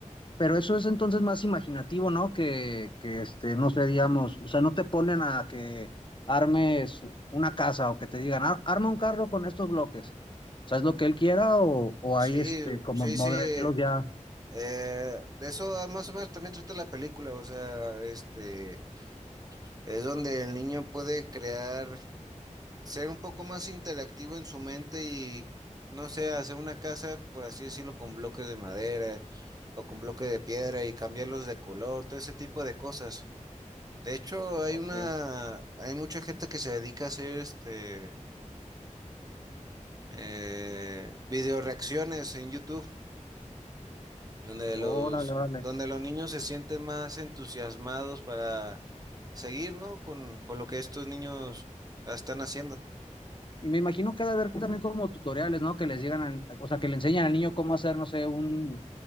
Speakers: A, on the left; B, on the right.
A: Pero eso es entonces más imaginativo, ¿no? Que, que este, no sé, digamos, o sea, no te ponen a que armes una casa o que te digan, "Ar- arma un carro con estos bloques. O sea, es lo que él quiera o, o
B: Sí,
A: hay este, como
B: sí,
A: modelos
B: sí. eh,
A: ya.
B: de eso más o menos también trata la película, o sea, este, es donde el niño puede crear ser un poco más interactivo en su mente y, no sé, hacer una casa, por así decirlo, con bloques de madera o con bloques de piedra y cambiarlos de color, todo ese tipo de cosas. De hecho, hay
A: Ok.
B: una, hay mucha gente que se dedica a hacer este eh, video reacciones en YouTube, donde
A: Órale,
B: los,
A: vale.
B: donde los niños se sienten más entusiasmados para seguir, ¿no? Con, con lo que estos niños están haciendo.
A: Y me imagino que ha de haber también como tutoriales, ¿no? Que les llegan al, o sea, que le enseñan al niño cómo hacer, no sé, un,